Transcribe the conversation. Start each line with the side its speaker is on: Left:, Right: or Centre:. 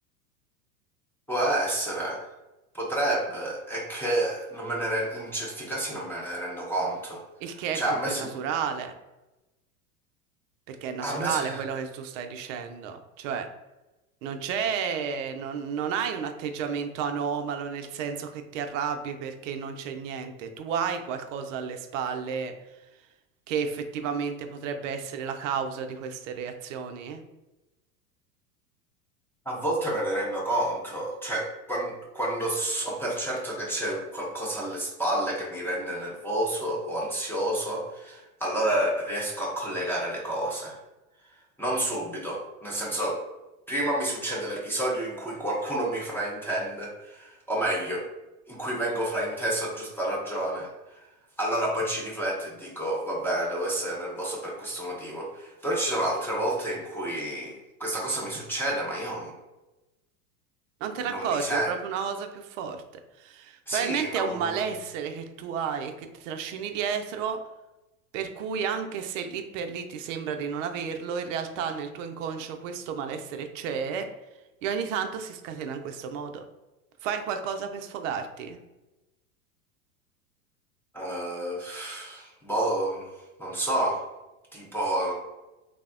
Centre: Può essere, potrebbe, è che non me ne ren- in certi casi non me ne rendo conto.
Right: il che
Centre: Cioè,
Right: è più
Centre: a me,
Right: che
Centre: sem-
Right: naturale. Perché è naturale
Centre: a me se...
Right: quello che tu stai dicendo, cioè non c'è, non, non hai un atteggiamento anomalo nel senso che ti arrabbi perché non c'è niente, tu hai qualcosa alle spalle che effettivamente potrebbe essere la causa di queste reazioni.
Centre: A volte me ne rendo conto, cioè quan- quando, so per certo che c'è qualcosa alle spalle che mi rende nervoso o ansioso, allora riesco a collegare le cose. Non subito, nel senso, prima mi succede l'episodio in cui qualcuno mi fraintende, o meglio, in cui vengo frainteso a giusta ragione. Allora poi ci rifletto e dico, va bene, devo essere nervoso per questo motivo. Però ci sono altre volte in cui questa cosa mi succede, ma io
Right: Non te ne accorgi,
Centre: non mi sento.
Right: è proprio una cosa più forte.
Centre: Sì,
Right: Probabilmente
Centre: non...
Right: è un malessere che tu hai e che ti trascini dietro Per cui anche se lì per lì ti sembra di non averlo, in realtà nel tuo inconscio questo malessere c'è e ogni tanto si scatena in questo modo. Fai qualcosa per sfogarti?
Centre: eh, boh, non so. Tipo